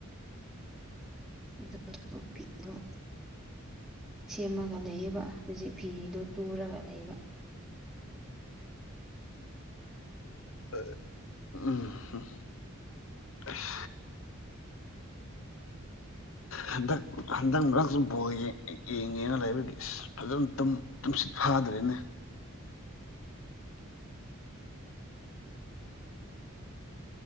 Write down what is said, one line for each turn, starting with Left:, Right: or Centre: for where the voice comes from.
Centre: <unintelligible> ꯁꯦꯝꯃꯒ ꯂꯩꯌꯦꯕ ꯍꯧꯖꯤꯛ ꯐꯤꯗꯣ ꯇꯨꯔꯒ ꯂꯩꯕ
Left: <unintelligible> ꯎꯝ ꯍꯨꯝ ꯑꯁ
Centre: <inaudible>
Left: ꯍꯟꯗꯛ ꯍꯟꯗꯛ ꯃꯔꯛꯁꯨ ꯕꯣꯜ ꯌꯦꯡ ꯌꯦꯡꯉꯦꯅ ꯂꯩꯕꯒꯤ ꯑꯁ ꯐꯖꯅ ꯇꯨꯝ ꯇꯨꯝꯁꯤꯠ ꯐꯥꯗ꯭ꯔꯦꯅꯦ